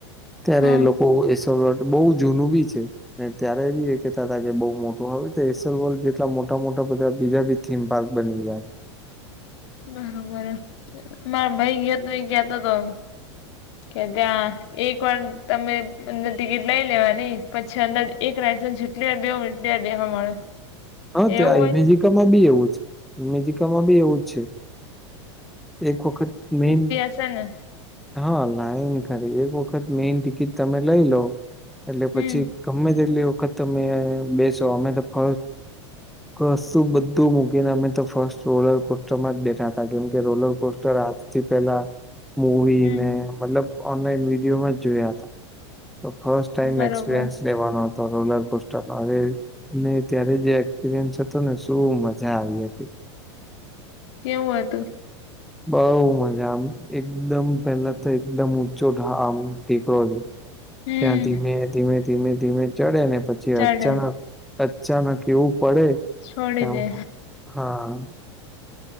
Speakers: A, in the centre; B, on the left.
A: ત્યારે
B: હા
A: લોકો એસ બહુ જૂનું બી છે. ને ત્યારે બી એ કેહેતા હતા કે બહુ મોટું હવે એક્સેલ વર્લ્ડ જેટલા મોટા મોટા બધા બીજા બી થીમ પાર્ક બની ગયા.
B: બરોબર મારા ભાઈ ગયોતો એ કહેતો તો.
A: <inaudible>
B: કે ત્યાં એક વાર તમે અંદર ટિકિટ લઈ લેવાની પછી અંદર એક રાઇડ માં જેટલી વાર બેહવું હોય એટલી વાર બેહવા મળે
A: હા તો
B: એવું
A: આ
B: હોય
A: ઇમેઝિકામાં બી એવું જ ઇમેજિકામાં બી એવું જ છે એક વખત મેન
B: સે ને
A: હા લાઈન ખરી એક વખત મેન ટિકિટ તમે લઈ લો એટલે
B: હમ
A: પછી ગમે તેટલી વખત તમે બેસો અમે તો ક કશું બધું મૂકીને અમે તો ફર્સ્ટ રોલર કોસ્ટર માં જ બેઠા હતા કેમ કે રોલર કોસ્ટર આજથી પેલા મુવી
B: હમ
A: ને મતલબ ઓનલાઈન વિડીયોમાં જોયા હતા ફસ્ટ ટાઈમ
B: બરોબર
A: એક્સપિરિયન્સ લેવાનો હતો રોલર કોસ્ટરનો હવે નહી ત્યારે જે એક્સપિરિયન્સ હતો ને શું મજા આવી હતી
B: એવું હતું
A: બઉ મજા આમ એકદમ પેલા તો એકદમ ઊંચો થાળ આમ ટેકરો છે
B: હમ
A: ત્યાં ધીમે ધીમે ધીમે ધીમે ચડે ને પછી
B: ચાલે
A: અચાનક અચ્ચાનક ન એવું પડે
B: છોડી
A: કે આમ
B: દે
A: હા